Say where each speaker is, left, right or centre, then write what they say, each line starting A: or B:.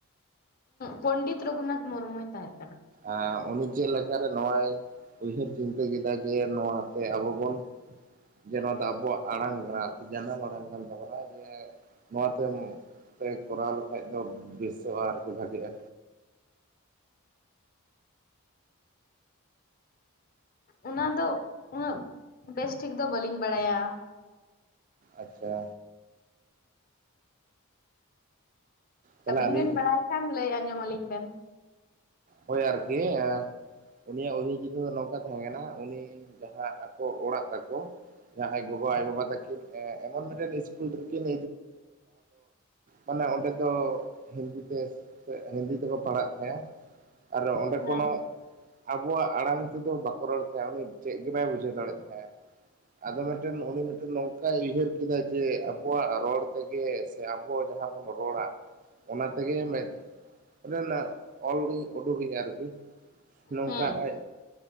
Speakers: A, on the left (about 40°); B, on the right (about 35°).
A: ᱯᱚᱱᱰᱤᱛ ᱨᱚᱜᱷᱩᱱᱟᱛᱷ ᱢᱩᱨᱢᱩᱭ ᱛᱟᱦᱮᱜ ᱠᱟᱱᱟ
B: ᱮ ᱩᱱᱤ ᱪᱮᱫ ᱞᱮᱠᱟᱨᱮ ᱱᱚᱣᱟᱭ ᱩᱭᱦᱟᱹᱨ ᱪᱤᱱᱛᱟᱹ ᱠᱮᱫᱟ ᱡᱮ ᱱᱚᱣᱟ ᱟᱯᱮ ᱟᱵᱚ ᱵᱚᱱ ᱡᱮ ᱱᱚᱣᱟ ᱫᱚ ᱟᱵᱚᱣᱟᱜ ᱟᱲᱟᱝ ᱠᱟᱱᱟ ᱡᱟᱱᱟᱢ ᱟᱲᱟᱝ ᱠᱟᱱ ᱛᱟᱵᱚᱱᱟ ᱡᱮ ᱱᱚᱣᱟᱛᱮ ᱛᱮ ᱠᱚᱨᱟᱣ ᱞᱮᱠᱷᱟᱡ ᱫᱚ ᱵᱮᱥᱚᱜᱼᱟ ᱟᱨᱠᱤ ᱵᱷᱟᱜᱮᱜᱼᱟ
A: ᱚᱱᱟ ᱫᱚ ᱩᱱᱟᱹᱜ ᱵᱮᱥ ᱴᱷᱤᱠ ᱫᱚ ᱵᱟᱹᱞᱤᱧ ᱵᱟᱲᱟᱭᱟ
B: ᱟᱪᱪᱷᱟ ᱛᱟᱦᱚᱞᱮ
A: ᱟᱹᱵᱤᱱ
B: ᱟᱹᱞᱤᱧ
A: ᱵᱤᱱ ᱵᱟᱲᱟᱭ ᱠᱷᱟᱱ ᱞᱟᱹᱭ ᱟᱸᱡᱚᱢ ᱟᱹᱞᱤᱧ ᱵᱮᱱ
B: ᱦᱳᱭ ᱟᱨᱠᱤ ᱮᱼᱼ ᱩᱱᱤᱭᱟᱜ ᱩᱭᱦᱟᱹᱨ ᱪᱤᱱᱛᱟᱹ ᱫᱚ ᱱᱚᱝᱠᱟ ᱛᱟᱦᱮ ᱠᱟᱱᱟ ᱩᱱᱤ ᱡᱟᱸᱦᱟ ᱟᱠᱚ ᱚᱲᱟᱜ ᱛᱟᱠᱚ ᱡᱟᱦᱟᱸ ᱟᱡ ᱜᱚᱜᱚ ᱟᱭᱳ ᱵᱟᱵᱟ ᱛᱟᱹᱠᱤᱱ ᱮᱢᱚᱱ ᱢᱤᱫᱴᱮᱱ ᱥᱠᱩᱞ ᱨᱮᱠᱤᱱ ᱢᱟᱱᱮ ᱚᱸᱰᱮ ᱫᱚ ᱦᱤᱱᱫᱤ ᱛᱮ ᱦᱤᱱᱫᱤ ᱛᱮᱠᱚ ᱯᱟᱲᱦᱟᱜ ᱛᱟᱦᱮᱸᱜᱼᱟ ᱟᱨᱚ ᱚᱸᱰᱮ
A: ᱦᱮᱸ
B: ᱠᱳᱱᱳ ᱟᱵᱚᱣᱟᱜ ᱟᱲᱟᱝ ᱛᱮᱫᱚ ᱵᱟᱠᱚ ᱨᱚᱲᱮᱫ ᱛᱟᱦᱮᱸᱜ ᱩᱱᱤ ᱪᱮᱫ ᱜᱮ ᱵᱟᱭ ᱵᱩᱡᱷᱟᱹᱣ ᱫᱟᱲᱮᱭᱟᱜ ᱛᱟᱦᱮᱸᱜᱼᱟ ᱟᱫᱚ ᱢᱤᱫᱴᱮᱱ ᱩᱱᱤ ᱢᱤᱫᱴᱮᱱ ᱱᱚᱝᱠᱟᱭ ᱩᱭᱦᱟᱹᱨ ᱠᱮᱫᱟ ᱡᱮ ᱟᱵᱚᱣᱟᱜ ᱨᱚᱲ ᱛᱮᱜᱮ ᱥᱮ ᱟᱵᱚ ᱡᱟᱦᱟ ᱵᱚᱱ ᱨᱚᱲᱟ ᱚᱱᱟ ᱛᱮᱜᱮ ᱢᱮᱫ ᱨᱮᱱᱟᱜ ᱚᱞ ᱤᱧ ᱩᱰᱩᱠ ᱤᱧ ᱟᱨᱠᱤ ᱱᱚᱝᱠᱟ
A: ᱦᱮᱸ
B: ᱟᱡ